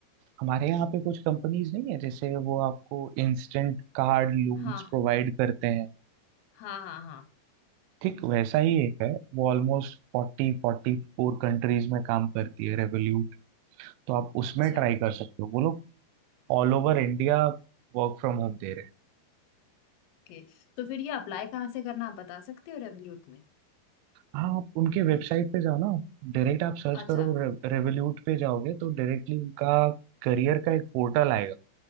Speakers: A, on the right; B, on the left.
A: हमारे यहाँ पे कुछ कंपनीज नहीं है जैसे वो आपको इंस्टेंट कार्ड लोन्स
B: हाँ
A: प्रोवाइड करते हैं
B: हाँ हाँ हाँ
A: ठीक वैसा ही एक है वो almost forty forty four countries में काम करती है रेवोल्यूट तो आप
B: अच्छा
A: उसमें ट्राई कर सकते हो वो लोग all over India work from home दे रहे हैं
B: ओके तो फिर ये अप्लाई कहाँ से करना आप बता सकते हो रेवल्यूट में
A: हाँ आप उनके वेबसाइट पे जाओ ना डायरेक्ट आप सर्च
B: अच्छा
A: करो रे, रेवोल्यूट पे जाओगे तो डायरेक्टली उनका करियर का एक पोर्टल आएगा